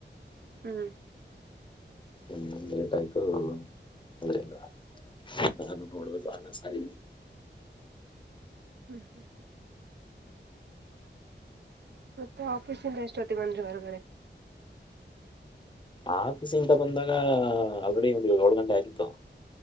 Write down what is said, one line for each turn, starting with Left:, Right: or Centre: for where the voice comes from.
Right: ಹ್ಮ್
Left: ಹ್ಮ ಲೇಟ್ ಆಯ್ತು ಅದ್ರಿಂದ. ನಾನು ನೋಡಬೇಕು ಅನ್ನ ಸಾರ್
Right: ಹ್ಞ ಹ್ಞೂ ಹ್ಞ ಮತ್ತೆ ಆಫೀಸ್ ಇಂದ ಎಷ್ಟೊತ್ತಗ್ ಬಂದ್ರಿ ಹೊರ್ಗಡೆ.
Left: ಆಫೀಸಿಂದ ಬಂದಾಗಾ ಆಲ್ರೆಡಿ ಒಂದು ಏಳು ಗಂಟೆ ಆಗಿತ್ತು.